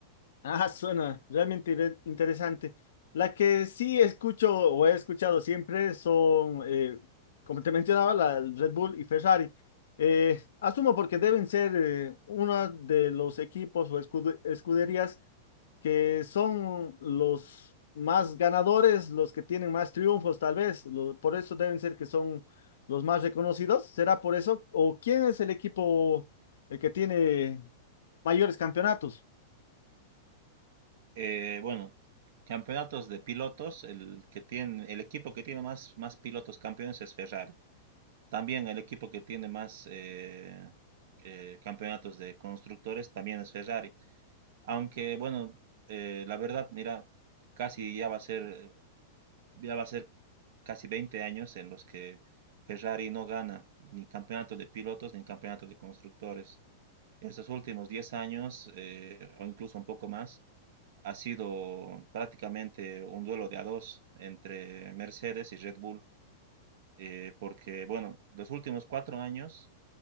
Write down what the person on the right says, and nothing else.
Eh, bueno, campeonatos de pilotos, el, que tiene, el equipo que tiene más, más pilotos campeones es Ferrari. También el equipo que tiene más eh, eh, campeonatos de constructores también es Ferrari. Aunque bueno, eh, la verdad, mira, casi ya va a ser, ya va a ser casi 20 años en los que Ferrari no gana ni campeonato de pilotos ni campeonato de constructores. Estos últimos 10 años, eh, o incluso un poco más, ha sido prácticamente un duelo de a dos entre Mercedes y Red Bull, eh, porque bueno, los últimos cuatro años